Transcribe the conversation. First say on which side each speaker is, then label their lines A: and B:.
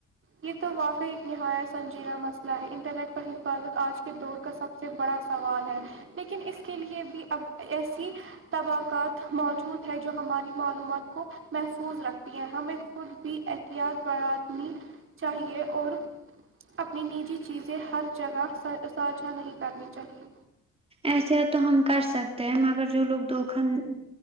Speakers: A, on the right (about 45°); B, on the right (about 20°).
A: یے تو واقع ایک نہایت سنجیدہ مسئلہ ہے انٹرنیٹ پر حفاظت آج کے دور کا سب سے بڑا سوال ہے لیکن اس کے لیے بھی اب ایسی طبقات موجود ہے جو ہماری معلومات کو محفوظ رکھتی ہیں ہمیں خود بھی احتیاط بڑھانی چاہیے اور اپنی نجی چیزیں ہر جگہ ساجھا نہیں کرنی چاہیے
B: ایسے تو ہم کر سکتے ہیں مگر جو لوگ دوکھن